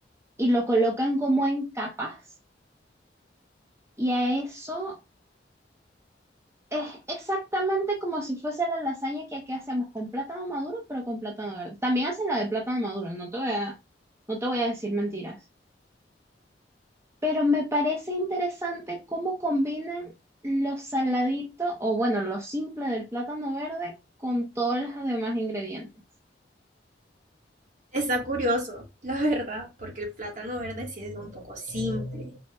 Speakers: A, on the right; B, on the right.
A: y lo colocan como en capas y a eso es exactamente como si fuese la lasaña que aquí hacemos con plátano maduro, pero con plátano verde. También hacen la de plátano maduro, no te voy a, no te voy a decir mentiras. Pero me parece interesante cómo combinan lo saladito o bueno, lo simple del plátano verde con todos los demás ingredientes.
B: Está curioso, la verdad, porque el plátano verde sí es un poco simple.